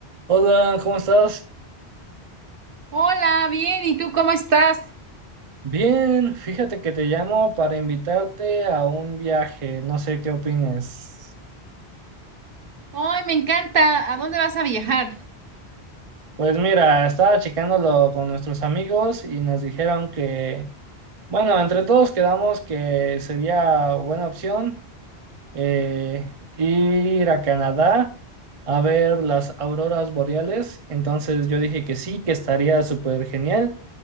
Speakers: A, on the right; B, on the right.
A: Hola, ¿cómo estás?
B: Hola, bien, ¿y tú cómo estás?
A: Bien, fíjate que te llamo para invitarte a un viaje, no sé qué opines.
B: Ay, me encanta. ¿A dónde vas a viajar?
A: Pues mira, estaba checándolo con nuestros amigos y nos dijeron que, bueno, entre todos quedamos que sería buena opción eh, ir a Canadá a ver las auroras boreales. Entonces yo dije que sí, que estaría súper genial